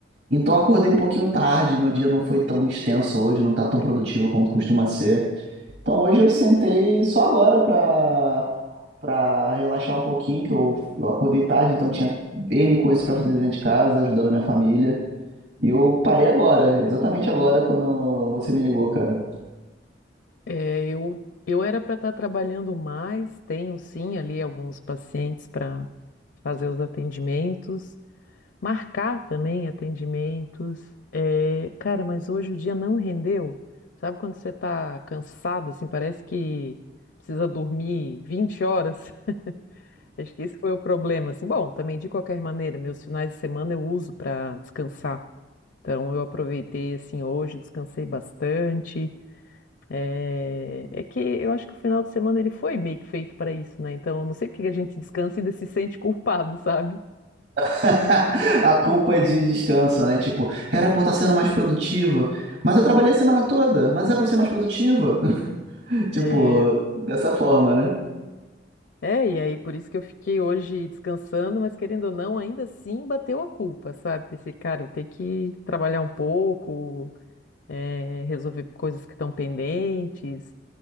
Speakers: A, on the right; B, on the left.
A: Então eu acordei um pouquinho tarde, meu dia não foi tão extenso hoje, não tá tão produtivo quanto costuma ser. Então hoje eu sentei só agora para para relaxar um pouquinho, que eu, eu acordei tarde, então tinha N coisas para fazer dentro de casa, ajudando a minha família. E eu parei agora, exatamente agora quando você me ligou, cara.
B: é, eu eu era para estar trabalhando mais. Tenho sim ali alguns pacientes para fazer os atendimentos, marcar também atendimentos. É, cara, mas hoje o dia não rendeu. Sabe quando você tá cansado, assim, parece que precisa dormir 20 horas? Acho que esse foi o problema, assim. Bom, também de qualquer maneira, meus finais de semana eu uso para descansar. Então eu aproveitei assim hoje, descansei bastante. É... é que eu acho que o final de semana ele foi meio que feito para isso, né? Então eu não sei porque a gente descansa e ainda se sente culpado, sabe?
A: <laughs> A culpa é de descanso, né? Tipo, era pra eu estar sendo mais produtiva, mas eu trabalhei a semana toda, mas é pra eu ser mais produtiva. <laughs> Tipo,
B: É...
A: dessa forma, né?
B: é, e aí por isso que eu fiquei hoje descansando, mas querendo ou não, ainda assim bateu a culpa, sabe? Pensei, cara, eu tenho que trabalhar um pouco, é, resolver coisas que estão pendentes.